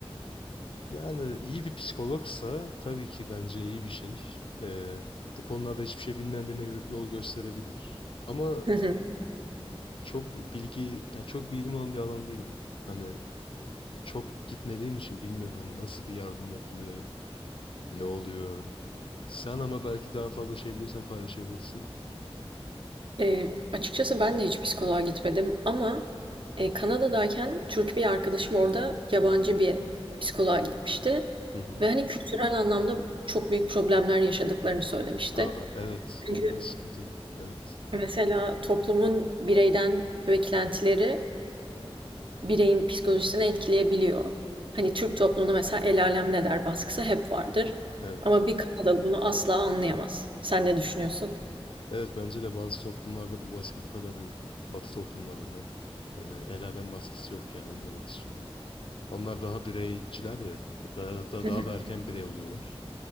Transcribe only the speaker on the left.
Yani iyi bir psikologsa tabii ki bence iyi bir şey. Ee, bu konularda hiçbir şey bilmeyen birine yo- yol gösterebilir. Ama
e, çok bilgi, yani çok bilgim olan bir alan değil bu. Hani çok gitmediğim için bilmiyorum hani nasıl bir yardım yapılıyor, ne oluyor. Sen ama belki daha fazla şey biliyorsan paylaşabilirsin.
Hı hı.
Aa, evet,
o biraz sıkıntı. Evet,
evet.
Evet bence de bazı toplumlarda bu baskı bu kadar yok. Batı toplumlarında. Ee, el alem baskısı yok yani onu demek istiyorum. Onlar daha bireyciler ya. Daha, hatta
daha da erken birey oluyorlar